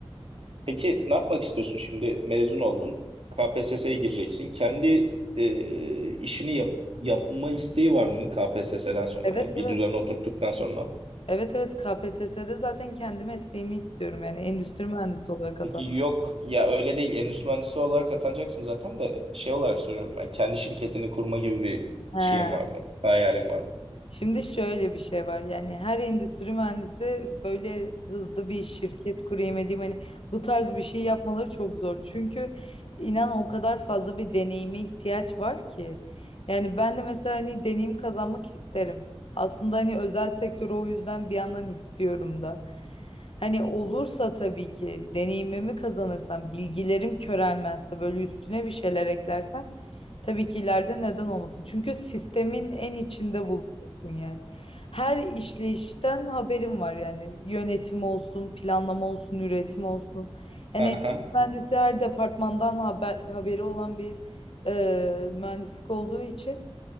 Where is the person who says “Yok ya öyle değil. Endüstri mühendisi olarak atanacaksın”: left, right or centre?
Right